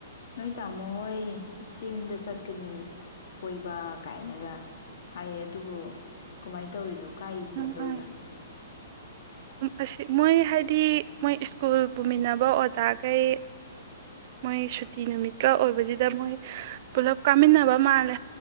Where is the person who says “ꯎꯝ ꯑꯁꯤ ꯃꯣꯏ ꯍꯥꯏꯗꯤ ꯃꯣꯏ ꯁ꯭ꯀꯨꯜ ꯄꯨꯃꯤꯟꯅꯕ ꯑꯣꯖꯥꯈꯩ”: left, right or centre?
Right